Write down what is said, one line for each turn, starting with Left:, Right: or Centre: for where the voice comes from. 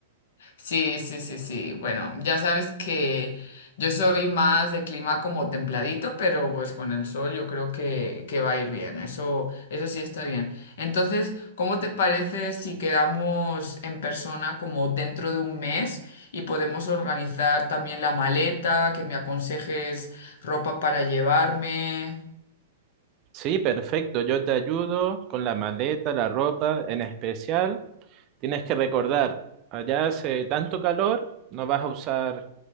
Left: Sí, sí, sí, sí. Bueno, ya sabes que yo soy más de clima como templadito, pero pues con el sol yo creo que, que va a ir bien. Eso, eso sí está bien. Entonces, ¿cómo te parece si quedamos en persona como dentro de un mes y podemos organizar también la maleta, que me aconsejes ropa para llevarme?
Right: Sí, perfecto, yo te ayudo con la maleta, la ropa, en especial. Tienes que recordar, allá hace tanto calor, no vas a usar